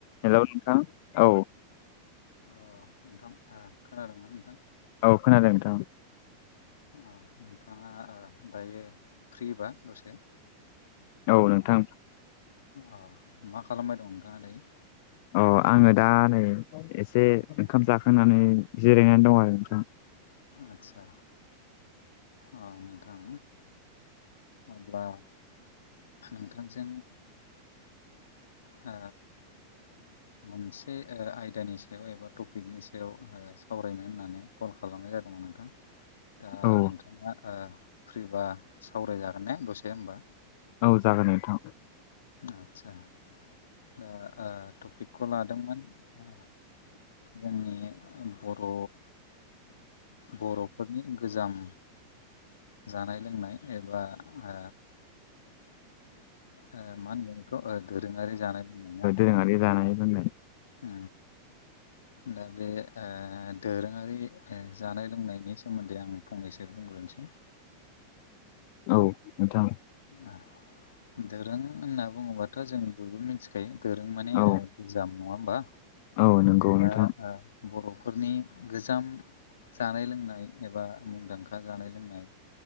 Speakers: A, on the left (about 45°); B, on the left (about 65°).
A: Hello नोंथां औ
B: अ नोंथां आ खोनादोंना नोंथां
A: औ खोनादों नोंथां
B: अ नोंथाङा ओ दायो फ्रिबा दसे
A: औ नोंथां
B: अ मा खालामबाय दं नोंथाङा दायो
A: अ आङो दा नै एसे ओंखाम जाखांनानै जिरायनानै दं आरो नोंथां
B: आदसा अ नोंथां अब्ला नोंथांजों ओ मोनसे ओ आयदानि सायाव एबा टपिकनि सायाव ओ सावरायनो होननानै कल खालामनाय जादोंमोन नोंथां दा
A: औ
B: नोंथाङा ओ फ्रिबा सावरायजागोनने दसे होमबा
A: औ जागोन नोंथां
B: आतसा दा ओ टपिकखौ लादोंमोन आ जोंनि बर' बर'फोरनि गोजाम जानाय लोंनाय एबा ओ ओ मा होनगोन बेखौ दोरोङारि जानाय लोंनाय ना
A: जोहा बे जानाय लोंनाय
B: ओ दा बे ओ दोरोङारि ओ जानाय लोंनायनि सोमोन्दै आं फंनैसो बुंग्रोनोसै
A: औ नोंथां
B: आ दोरों होनना बुङोबाथ जों बयबो मोनथि खायो दोरों माने
A: औ
B: ओ गोजाम नङा होमबा
A: औ नंगौ
B: दा
A: नोंथां
B: ओ बर'फोरनि गोजाम जानाय लोंनाय एबा मुंदांखा जानाय लोंनाय